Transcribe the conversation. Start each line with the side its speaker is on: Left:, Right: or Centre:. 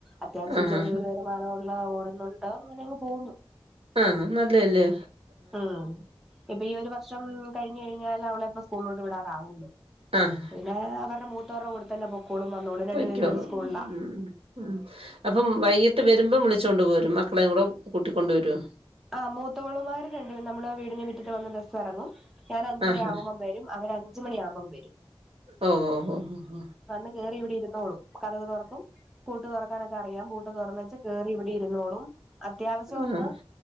Centre: അത്യാവശ്യം
Right: ആഹ്
Centre: ചെറിയൊരു <unintelligible> <unintelligible> ഓടുന്നുണ്ട് അങ്ങനെയങ്ങ് പോകുന്നു
Right: ആഹ് നല്ലേല്ലേ
Centre: ഉം ഇപ്പൊ ഈ ഒരു വർഷം കഴിഞ്ഞു കഴിഞ്ഞാല് അവളെ ഇപ്പ സ്കൂളിലോണ്ട് വിടാറാവൂലേ
Right: ആഹ്
Centre: പിന്നേ അവരുടെ മൂത്തവരുടെകൂടെത്തന്നെ പൊക്കോളും വന്നോളും രണ്ടു
Right: പൊയ്ക്കോളും
Centre: പേരും ഒരു സ്കൂൾലാ
Right: ഉം ഉം അപ്പം വൈകിട്ട് വരുമ്പം വിളിച്ചോണ്ട് പോരും മക്കളെ കൂടെ കൂട്ടിക്കൊണ്ടരോ
Centre: ആഹ് മൂത്തോളുമാര് രണ്ട് നമ്മളെ വീടിന്റെ മിറ്റത്ത് വന്ന് ബസ്സ് എറങ്ങും ഞാന് അഞ്ചര
Right: ആഹാ
Centre: ആകുമ്പം വരും അവര് അഞ്ച് മണിയാവുമ്പം വരും
Right: ഓഹ് ഹൊ ഹൊ ഹൊ
Centre: വന്ന് കേറി ഇവിടെ ഇരുന്നോളും കഥക് തൊറക്കും പൂട്ട് തൊറക്കാനൊക്കെ അറിയാം പൂട്ട് തൊറന്ന് ച്ച് കേറി ഇവിടെ ഇരുന്നോളും അത്യാവശ്യം
Right: ഓഹ്
Centre: ഒന്ന്
Right: ആഹ്